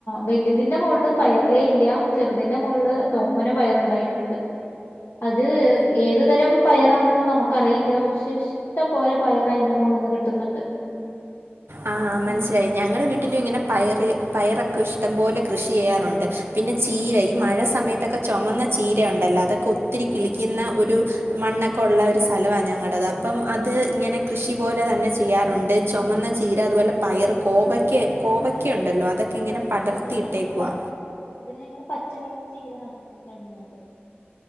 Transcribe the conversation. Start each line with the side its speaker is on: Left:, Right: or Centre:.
Left: വലുതിന്റെ മുകളിൽ പയറേ ഇല്ല ചെറുതിന്റെ മുകളിൻ തോനേ പയറുണ്ടായിട്ടുണ്ട്. അത് ഏത് തരം പയറാണെന്ന് നമുക്കറിയില്ല പക്ഷെ ഇഷ്ട പോലെ പോലെ പയർ അതിന്റെ മോലിൽ നിന്ന് കിട്ടുന്നുണ്ട്.
Right: ആഹ് മനസ്സിലായി
Left: അങ്ങനെ
Right: ഞങ്ങളുടെ വീട്ടിലും ഇങ്ങനെ പയർ പയറൊക്കെ ഇഷ്ടം പോലെ കൃഷി ചെയ്യാറുണ്ട്. പിന്നെ
Left: ഉം
Right: ചീര ഈ മഴ സമയത്തൊക്കെ ചുമന്ന ചീര ഉണ്ടല്ലോ അതൊക്കെ ഒത്തിരി
Left: ഉം
Right: കിളിക്കുന്ന ഒരു മണ്ണൊക്കെ ഉള്ള ഒരു സ്ഥല വാ ഞങ്ങടത്. അപ്പം അത് ഇങ്ങനെ കൃഷി പോലെ തന്നെ ചെയ്യാറുണ്ട്. ചൊമന്ന ചീര അതുപോലെ, പയറ്, കോവയ്ക്ക
Left: അതെ ഇവിടെ
Right: കോവയ്ക്ക,
Left: ഞങ്ങള്
Right: ഉണ്ടല്ലോ അതൊക്കെ ഇങ്ങനെ പടർത്തിയിട്ടേക്കുവാ
Left: ഇവിടെ ഞങ്ങള് പ ഇവിടെ ഞങ്ങള് പച്ചക്കളർ ചീര നട നടുന്നുണ്ട്.